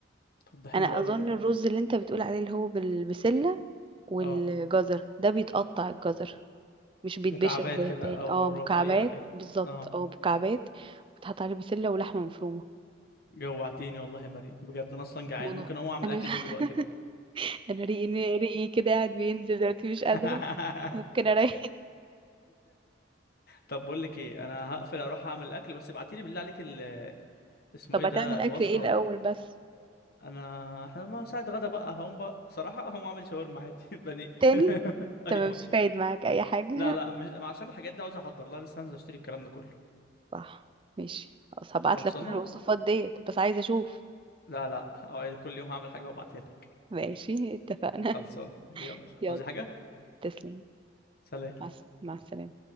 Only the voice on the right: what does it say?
انا
اظن
الرز اللي انت بتقول عليه اللي هو بالبسله والجزر
ده بيتقطع الجزر مش بيتبشر
زي
التاني
اه مكعبات
بالظبط
اه مكعبات وتحط عليه بسله ولحمه مفرومه
ما انا
انا
<laughs>
انا ريقي ريقي كده قاعد بينزل دلوقتي مش
قادره ممكن اريح
<laughs>
طب
هتعمل
اكل
ايه الاول بس
تاني
انت
مش فايد معاك اي حاجه
صح ماشي خلاص هبعت
لك كل الوصفات ديت بس عايزة اشوف
ماشي اتفقنا
<laughs>
يلا
تسلم
مع الس- مع السلامة